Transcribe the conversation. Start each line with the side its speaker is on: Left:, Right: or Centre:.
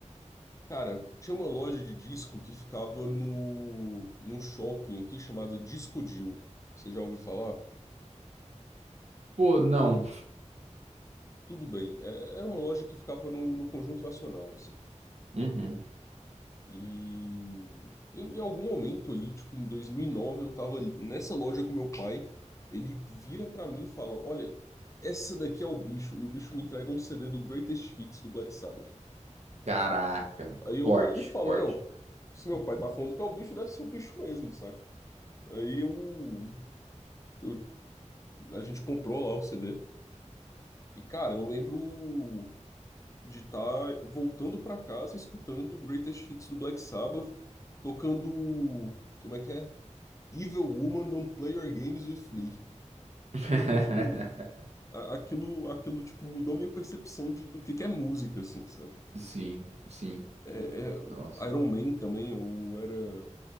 Left: Cara, tinha uma loja de disco que ficava no, num shopping aqui chamada Disco Dill. Você já ouviu falar?
Right: Pô, não.
Left: Tudo bem. É- era uma loja que ficava no, no Conjunto Nacional, assim, tipo.
Right: Uhum.
Left: E em, em algum momento ali, tipo, em 2009, eu tava nessa loja com meu pai. Ele vira pra mim e fala: Olha, essa daqui é o bicho. E o bicho me entrega um CD do Greatest Hits do Black Sabbath.
Right: Caraca,
Left: Aí eu
Right: forte,
Left: olhei e falo:
Right: forte.
Left: Não, se meu pai tá falando que é o bicho, deve ser o bicho mesmo, saca? Aí eu. Eu A gente comprou lá o CD. E, cara, eu lembro de estar voltando pra casa escutando o Greatest Hits do Black Sabbath, tocando. Como é que é? Evil Woman Don't Play Your Games With Me.
Right: <laughs>
Left: Tipo, a- aquilo, aquilo tipo, mudou minha percepção de, do que, que é música, assim, sabe?
Right: Sim, sim.
Left: É, é,
Right: Nossa.
Left: Iron Man também, eu era.